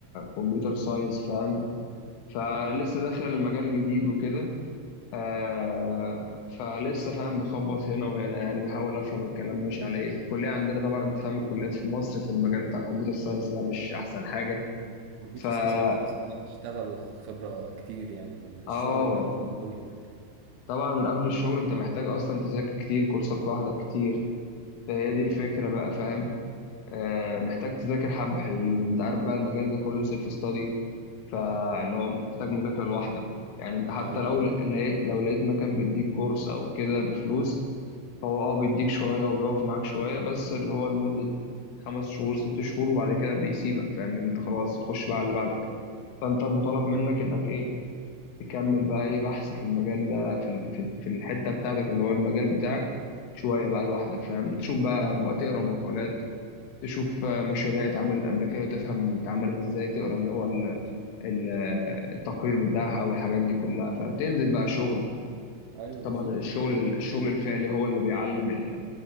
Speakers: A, on the left; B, on the right.
A: كمبيوتر ساينس فاهم فلسه
B: مم.
A: داخل مجال جديد وكده آه فلسه فاهم بخبط هنا وهنا يعني بحاول افهم الكلام ماشي على ايه الكليه عندنا طبعا انت فاهم الكليات
B: حلو
A: في مصر في المجال بتاع الكمبيوتر ساينس ده مش احسن حاجه
B: الكمبيوتر
A: فا
B: ساينس محتاج أصلاً إنك تشتغل وتاخد خبرة كتير يعني من الشغل
A: اه
B: اللي مهم أوي هناك
A: طبعا من قبل الشغل انت محتاج اصلا تذاكر كتير كورسات لوحدك كتير فهي
B: مم.
A: دي الفكره بقى فاهم آه محتاج تذاكر حبه حلوين انت عارف بقى المجال ده كله سيلف ستادي فاللي هو محتاج مذاكره لوحدك يعني انت حتى
B: أيوه
A: لو
B: أيوه
A: لقيت لو لقيت مكان بيديك كورس او كده بفلوس هو اه بيديك شوية وبيقف معاك شوية بس اللي هو لمدة خمس شهور ست شهور وبعد كده بيسيبك فاهم ان انت خلاص خش بقى على اللي بعدك
B: مم.
A: فانت مطالب منك
B: مم.
A: انك ايه تكمل بقى ايه بحث في المجال ده في ال- في في الحتة بتاعتك اللي هو المجال بتاعك شوية بقى لوحدك فاهم تشوف بقى م- تقرا مقالات تشوف آه، مشاريع اتعملت قبل كده وتفهم اتعملت ازاي تقرا اللي هو ال- ال- التقرير بتاعها والحاجات دي كلها فاهم تنزل بقى شغل
B: أيوه
A: طبعا
B: بالظبط
A: الشغل الشغل الفعلي هو اللي بيعلم